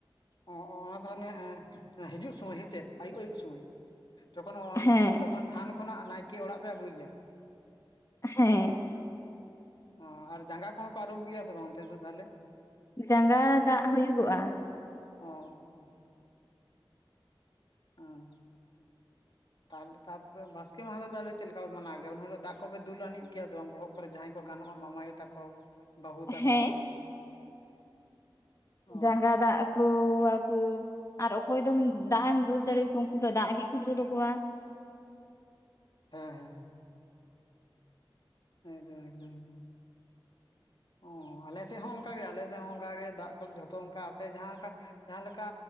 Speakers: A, on the left (about 60°); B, on the left (about 35°).
A: ᱚ ᱚ ᱚᱱᱟ ᱫᱚ ᱦᱟᱱᱮ ᱦᱤᱡᱩᱜ ᱥᱩᱢᱚᱭ ᱥᱮ ᱪᱮᱫ ᱟᱭᱭᱩᱵ ᱟᱭᱭᱩᱵ ᱥᱩᱢᱚᱭ᱾ ᱡᱚᱠᱷᱚᱱ ᱚ,
B: ᱦᱮᱸ
A: ᱡᱚᱠᱷᱚᱱ ᱛᱷᱟᱱ ᱠᱷᱚᱱᱟᱜ ᱱᱟᱭᱠᱮ ᱚᱲᱟᱜ ᱯᱮ ᱟᱹᱜᱩᱭ ᱭᱮᱭᱟ?
B: ᱦᱮᱸ,
A: ᱚ ᱟᱨ ᱡᱟᱸᱜᱟ ᱠᱚᱦᱚᱸ ᱠᱚ ᱟᱹᱨᱩᱵ ᱜᱮᱭᱟ ᱥᱮ ᱵᱟᱝ ᱚᱱᱛᱮ ᱫᱚ ᱛᱟᱦᱞᱮ?
B: ᱡᱟᱸᱜᱟ ᱫᱟᱜ ᱦᱩᱭᱩᱜᱚᱜᱼᱟ,
A: ᱚ, ᱮᱸ,
B: <inaudible>
A: ᱛᱟᱦᱚᱞᱮ ᱛᱟᱯᱚᱨᱮ ᱵᱟᱥᱠᱮ ᱢᱟᱦᱟᱸ ᱫᱚ ᱛᱟᱦᱚᱞᱮ ᱪᱮᱫ ᱞᱮᱠᱟ ᱯᱮ ᱢᱟᱱᱟᱣ ᱜᱮᱭᱟ ᱩᱱ ᱦᱤᱞᱳᱜ ᱫᱟᱜ ᱠᱚᱯᱮ ᱫᱩᱞᱟᱱᱤᱡ ᱜᱮᱭᱟ ᱥᱮ ᱵᱟᱝ ᱵᱚᱦᱚᱜ ᱠᱚᱨᱮ ᱡᱟᱦᱟᱸᱭ ᱠᱚ ᱜᱟᱱᱚᱜᱼᱟ ᱢᱟᱢᱟᱭᱩ ᱛᱟᱠᱚ, ᱵᱟᱹᱦᱩ ᱛᱟᱠᱚ,
B: ᱦᱮᱸ
A: ᱚ
B: ᱡᱟᱸᱜᱟ ᱫᱟᱜ ᱠᱩ ᱭᱟᱠᱩ ᱟᱨ ᱚᱠᱚᱭ ᱫᱚᱢ ᱫᱟᱜ ᱮᱢ ᱫᱩᱞ ᱫᱟᱲᱮᱭᱟᱠᱚᱣᱟ ᱩᱱᱠᱩ ᱫᱚ ᱫᱟᱜ ᱜᱮᱠᱚ ᱫᱩᱞ ᱟᱠᱚᱣᱟ᱾
A: ᱦᱮᱸ, ᱦᱮᱸ, ᱮᱠᱫᱚᱢ ᱮᱠᱫᱚᱢ ᱮᱠᱫᱚᱢ, ᱚ ᱟᱞᱮ ᱥᱮᱫ ᱦᱚᱸ ᱚᱱᱠᱟᱜ ᱜᱮ ᱟᱞᱮ ᱥᱮᱫ ᱦᱚᱸ ᱚᱱᱠᱟᱜᱮ ᱫᱟᱜ ᱠᱚ ᱡᱷᱚᱛᱚ ᱚᱱᱠᱟ ᱟᱯᱮ ᱡᱟᱦᱟᱸ ᱟᱠᱟ ᱡᱟᱦᱟᱸ ᱞᱮᱠᱟ